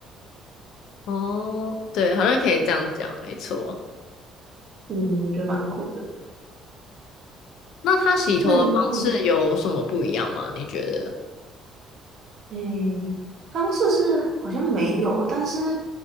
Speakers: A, on the left; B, on the right.
A: <laughs> 哦，对，好像可以这样讲，没错。
B: 嗯，我觉得蛮酷的。
A: 那他洗头的方式有什么不一样吗？
B: 那你，嗯，
A: 你觉得？
B: 诶，方式是好像没有，但是